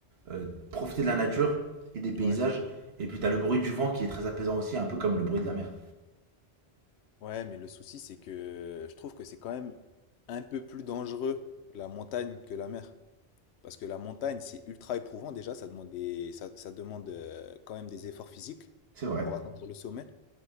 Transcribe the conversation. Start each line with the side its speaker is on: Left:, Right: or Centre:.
Right: euh, profiter de la nature et des paysages.
Left: Ouais.
Right: Et puis t'as le bruit du vent qui est très apaisant aussi, un peu comme le bruit de la mer.
Left: Ouais, mais le souci, c'est que je trouve que c'est quand même un peu plus dangereux la montagne que la mer. Parce que la montagne, c'est ultra éprouvant déjà, ça demande des, ça, ça demande euh, quand même des efforts physiques
Right: C'est vrai.
Left: pour atteindre le sommet.